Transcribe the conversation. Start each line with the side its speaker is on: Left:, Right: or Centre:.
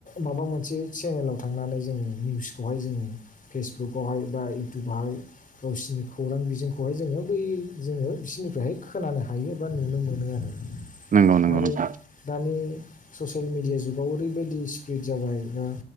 Left: माबा मोनसे चेनेलाव थांनानै जोङो निउस बेवहाय जों फेसबुकवहाय बा इउटुबावहाय गावसिरनि खौरां बिजोंखौहाय जोङो बै जोङो बिसोरनिफ्रायहाय खोनानो हायो गोबां नुनो मोनो आरो
Right: नंगौ नंगौ
Left: आरो
Right: नोंथां
Left: दानि ससेल मेडिया जुगाव ओरैबायदि सिफिड जाबाय दा